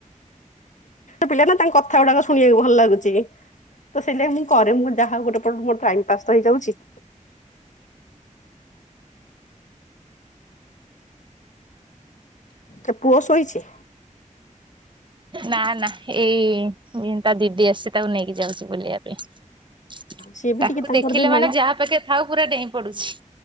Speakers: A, on the left (about 65°); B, on the right (about 35°).
A: ପିଲା ନା ତାଙ୍କ କଥାଗୁଡାକ ଶୁଣିଆକୁ ଭଲ ଲାଗୁଚି ତ ସେଇଥିଲାଗି ମୁଁ କରେ ମୋର ଯାହା ହଉ ଗୋଟେ ତ ମୋର ଟାଇମ ପାସ୍ ତ ହେଇଯାଉଚି। କେ ପୁଅ ଶୋଇଛି?
B: ନା ନା ହେ ଏଇ ଇଁ ତା ଦିଦି ଆସିଚି ତାକୁ ନେଇକି ଯାଉଛି ବୁଲେଇଆ ପେଇଁ।
A: ସିଏ ବି
B: ତାକୁ
A: ଟିକେ ତାଙ୍କର
B: ଦେଖିଲେ
A: ବି ମାଇଣ୍ଡ
B: ମାନେ ଯାହା ପାଖେ ଥାଉ ପୁରା ଡେଇଁ ପଡୁଛି।